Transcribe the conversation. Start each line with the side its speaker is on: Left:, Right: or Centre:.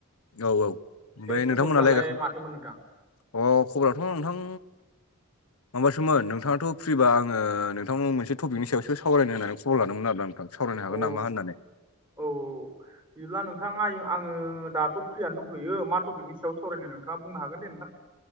Left: औ औ ओमफ्राय नोंथांमोनालाय
Right: खबरफ्रालाय
Left: <inaudible>
Right: माथोमोन नोंथां
Left: अ खबराथ' नोंथां माबासोमोन नोंथाङाथ' फ्रिबा आं आङो नोंथांनाव मोनसे टपिकनि सायावसो सावरायनो होननानै खबर लादोंमोन आरो नोंथां सावरायनो हागोन
Right: अ
Left: नामा होननानै
Right: औ औ बिदिब्ला नोंथाङा आय आङो दाथ' फ्रियनो दंथ'यो मा टपिकनि सायाव सावरायनो नोंथाङा बुंनो हागोन दे नोंथां।